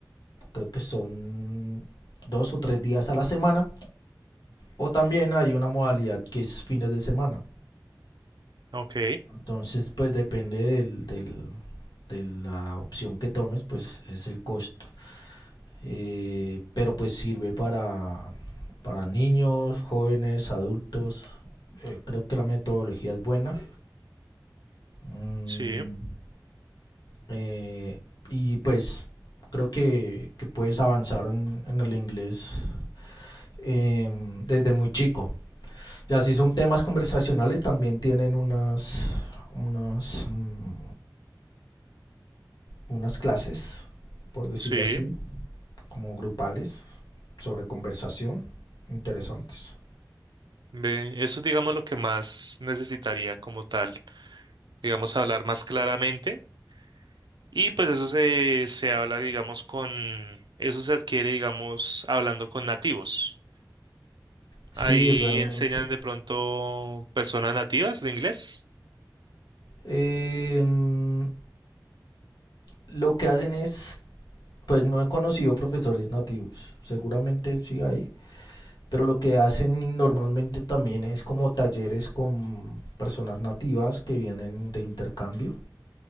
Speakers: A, on the left (about 70°); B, on the right (about 75°).
A: creo que son dos o tres días a la semana. O también hay una modalidad que es fines de semana.
B: ok,
A: Entonces, pues depende del, del- de la opción que tomes, pues es el costo. Eh, pero pues sirve para, para niños, jóvenes, adultos. Eh, creo que la metodología es buena. Mm,
B: sí,
A: Eh, y pues creo que, que puedes avanzar en, en el inglés eh, desde muy chico. Ya si son temas conversacionales, también tienen unas, unas, mm, unas clases, por decirlo
B: sí.
A: así, como grupales sobre conversación, interesantes.
B: Ve, eso es, digamos, lo que más necesitaría como tal, digamos, hablar más claramente. Y pues eso se, se habla, digamos, con, eso se adquiere, digamos, hablando con nativos.
A: Sí,
B: Ahí
A: realmente.
B: enseñan de pronto personas nativas de inglés.
A: Em, lo que hacen es, pues no he conocido profesores nativos, seguramente sí hay, pero lo que hacen normalmente también es como talleres con personas nativas que vienen de intercambio,